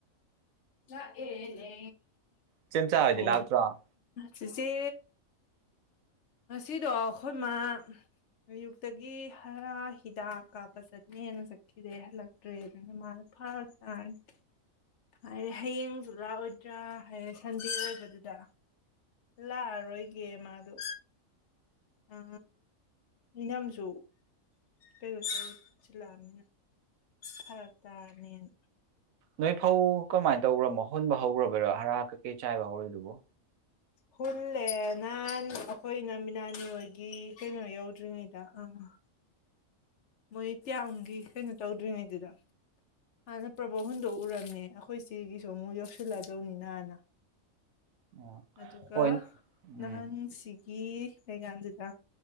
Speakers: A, on the left; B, on the right.
A: ꯂ ꯑꯦꯅꯦ
B: ꯏꯆꯦꯝꯆꯥ
A: ꯀꯄ
B: ꯍꯣꯏꯗꯤ ꯂꯥꯛꯇ꯭ꯔꯣ ꯑꯣ
A: ꯁꯤꯆꯦ ꯉꯁꯤꯗꯣ ꯑꯩꯈꯣꯏ ꯃꯥ ꯑꯌꯨꯛꯇꯒꯤ ꯍꯥꯔ ꯍꯤꯗꯥꯛ ꯀꯥꯞꯄ ꯆꯠꯅꯦꯅ ꯆꯠꯈꯤꯗꯦ ꯍꯜꯂꯛꯇ꯭ꯔꯦ ꯑꯗꯨꯅ ꯃꯥꯅ ꯐꯥꯔ ꯇꯥꯔꯅꯤ ꯍꯥꯏꯗꯤ ꯍꯌꯦꯡꯁꯨꯨꯂꯥꯛꯑꯣꯏꯗ꯭ꯔꯥ ꯍꯥꯏꯔ ꯁꯟꯗꯦ ꯑꯣꯏꯕꯗꯨꯗ ꯂꯥꯛꯑꯔꯣꯏꯒꯦ ꯃꯥꯗꯣ ꯎ ꯏꯅꯝꯁꯨ ꯀꯩꯅꯣ ꯇꯧꯁꯤꯜꯂꯛꯑꯅꯤꯅ ꯍꯔ ꯇꯂꯤꯟ
B: ꯅꯣꯏ ꯐꯥꯎ ꯀꯃꯥꯏ ꯇꯧꯈ꯭ꯔꯃꯣ ꯍꯨꯟ ꯍꯧꯈ꯭ꯔꯕꯔꯣ ꯍꯥꯔ ꯀ ꯆꯥꯏꯕꯍꯔꯤꯗꯨꯕ
A: ꯍꯨꯜꯂꯦ ꯅꯍꯥꯟ ꯑꯩꯈꯣꯏꯅ ꯃꯤꯅꯥꯅꯤ ꯍꯣꯏꯒꯤ ꯀꯩꯅꯣ ꯌꯧꯗ꯭ꯔꯤꯉꯩꯗ ꯑꯥ ꯃꯣꯏ ꯇꯤꯌꯥꯃꯨꯒꯤ ꯀꯩꯅꯣ ꯇꯧꯗ꯭ꯔꯤꯉꯩꯗꯨꯗ ꯍꯥꯟꯅ ꯄ꯭ꯔꯕꯣ ꯍꯨꯟꯗꯣꯛꯎꯔꯝꯃꯦ ꯑꯩꯈꯣꯏ ꯏꯆꯦꯒꯤꯁꯨ ꯑꯃꯨꯛ ꯌꯧꯁꯤꯜꯂꯛꯗꯧꯅꯤꯅ ꯍꯥꯟꯅ
B: ꯑꯣ
A: ꯑꯗꯨꯒ
B: ꯍꯣꯏ ꯎꯝ
A: ꯅꯍꯥꯟꯁꯤ ꯒꯤ ꯃꯩꯀꯥꯟꯗꯨꯗ